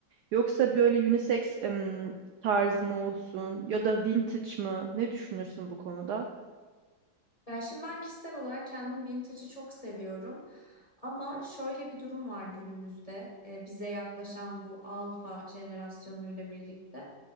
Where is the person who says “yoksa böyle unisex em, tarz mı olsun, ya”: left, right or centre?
Right